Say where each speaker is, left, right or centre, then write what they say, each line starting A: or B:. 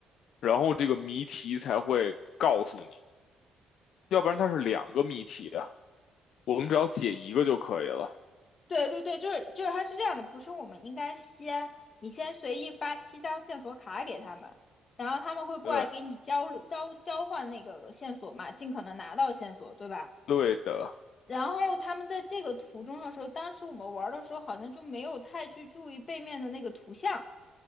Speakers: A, on the left; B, on the left.
A: 然后这个谜题才会告诉你，要不然它是两个谜题啊，我们只要解一个就可以了。
B: 对对对，就是就是他是这样的，不是我们应该先你先随意发七张线索卡给他们，然后他们会过来给你交流交交换那个线索嘛，
A: 对。
B: 尽可能拿到线索，对吧？
A: 对的，
B: 然后他们在这个途中的时候，当时我们玩的时候好像就没有太去注意背面的那个图像，